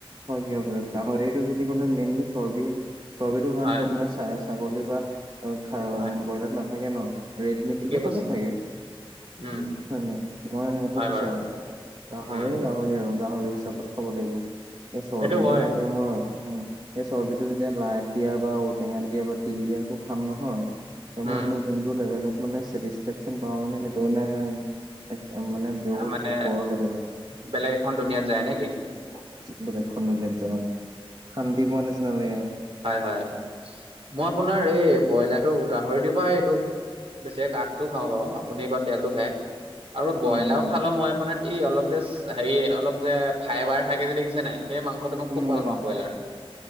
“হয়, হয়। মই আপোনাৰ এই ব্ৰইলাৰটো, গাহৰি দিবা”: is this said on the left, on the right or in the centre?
Right